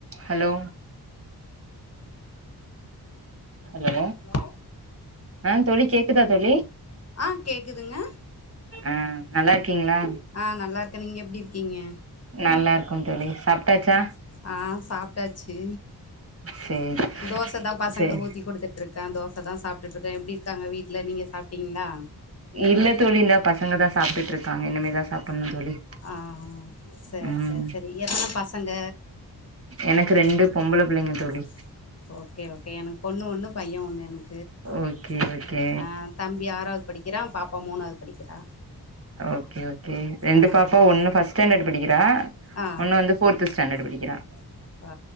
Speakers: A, on the right; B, on the left.
A: Hello hello
B: hello
A: ஆஹ் தோழி கேக்குதா தோழி
B: ஆஹ் கேக்குதுங்க
A: ஆஹ் நல்லா இரூக் கீங்களா
B: ஆ நல்லா இருக்கே நீங்க எப்டி இருக்கீங்க
A: நல்லா இருக்கு தோழி சாப்பிட்டாச்சா
B: ஆஹ் சாப்பிட்டாச்சு
A: சேரி
B: தோசை தான் பசங்களுக்கு
A: சேரி
B: ஊத்தி குடுத்துட்டு இருக்தேன் தோசை தான் சாப்பிட்டுட்டு இருக்தேன் எப்படி இருக்காங்க வீட்டுல நீங்க சாப்பிட்டீங்களா
A: இல்ல தோழி பசங்க தான் சாப்பிட்டு இருக்காங்க இனமேதான் சாப்பிடணும்
B: ஆ சேரி
A: உம்
B: சேரி சேரி எத்தன பசங்க
A: எனக்கு ரெண்டு பொம்பள பிள்ளைங்க தோழி
B: ஓகே எனக்கு பொண்ணு ஒண்ணு பையன் ஒண்ணு எனக்கு
A: ஓகே ஓகே
B: ஆ தம்பி ஆறாவது படிக்கிறா பாப்பா மூணாவது படிக்கிறா
A: ஓகே ஓகே ரெண்டு
B: ஆ
A: பாப்பா ஒண்ணு பஸ்டேண்டட் படிக்கிறா
B: ஆ
A: ஒன்னு வந்து போர்த் ஸ்டேண்டட் படிக்குது ஆ கேக்குதுங்க
B: ஆ